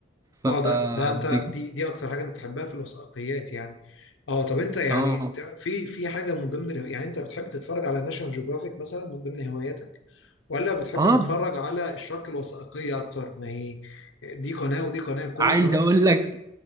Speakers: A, on the right; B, on the left.
A: ف
B: اه ده ده انت
A: بج-
B: دي دي اكتر حاجة انت بتحبها في الوثائقيات يعني اه طب انت يعني
A: اه
B: ت- في في حاجة من ضمن الهو... يعني انت بتحب تتفرج على ناشونال جيوغرافيك مثلا من ضمن هواياتك ولا بتحب
A: اه
B: تتفرج على الشارك الوثائقية اكتر ما هي دي قناة ودي قناة كل
A: عايز
B: قناة
A: اقول لك